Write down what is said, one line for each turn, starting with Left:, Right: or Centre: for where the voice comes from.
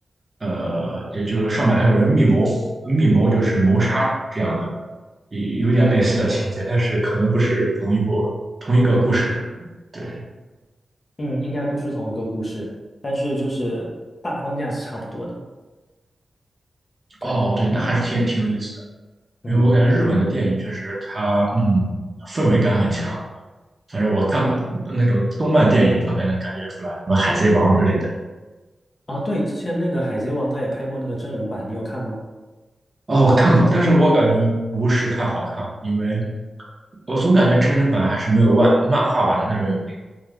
Right: 呃，也就上面还有人密谋，密谋就是谋杀这样的，有有点类似的情节，但是可能不是同一部同一个故事。对，
Left: 嗯，应该不是同一个故事，但是就是大框架是差不多的。对，
Right: 哦，对，那还是挺挺有意思的，
Left: 嗯，
Right: 因为我感觉日本的电影确实它嗯氛围感很强，反正我看那种动漫电影特别能感觉出来，什么《海贼王》之类的。
Left: 啊，对，之前那个《海贼王》他也拍过那个真人版，你有看吗？
Right: 哦，我看过，但是我感觉不是太好看，因为我总感觉真人版还是没有漫漫画版的那种有灵